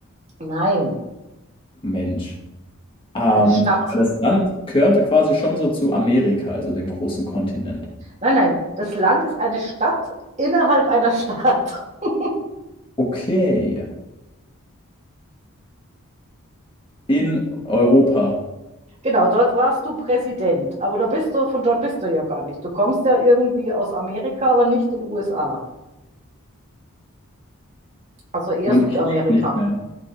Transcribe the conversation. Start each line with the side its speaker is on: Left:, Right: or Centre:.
Right: Nein,
Left: Mensch. Ähm,
Right: eine Stadt.
Left: aber das Land gehört quasi schon so zu Amerika, also dem großen Kontinent.
Right: Nein, nein, das Land ist eine Stadt innerhalb einer Stadt. <laughs>
Left: Okay. In Europa.
Right: Genau, dort warst du Präsident, aber da bist du, von dort bist du ja gar nicht. Du kommst ja irgendwie aus Amerika, aber nicht in den USA. Also eher
Left: Und
Right: Südamerika.
Left: ich lebe nicht mehr.